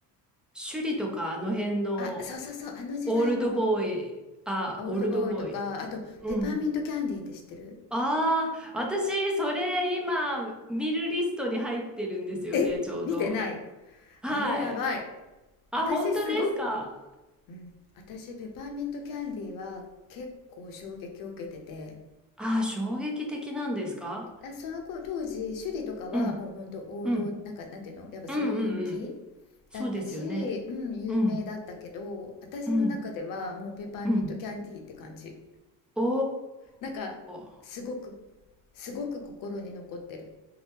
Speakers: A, in the centre; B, on the left.
A: 首里とかあの辺の
B: あそうそうそうあの時代の
A: オールドボーイ、あ、
B: 「オールドボーイ」とかあと「ペパーミントキャンディー」って知ってる
A: オールドボーイ。うん。ああ、私それ今見るリストに入ってるんですよね、
B: え見てない
A: ちょうど。はい。
B: あれやばい
A: あ、
B: 私すごく
A: 本当ですか。
B: うん私ペパーミントキャンディーは結構衝撃を受けてて
A: ああ、衝撃的なんですか
B: あその子当時趣里とかはもう本当王道なんかなんていうのやっぱすごい人気
A: うん、うん、うん、うん、うん。そうですよね。
B: だったし、うん、有名だったけど私の中ではもうペパーミントキャンディーって感じ
A: うん、うん、うん。お
B: なんかすごく
A: ー。
B: すごく心に残ってる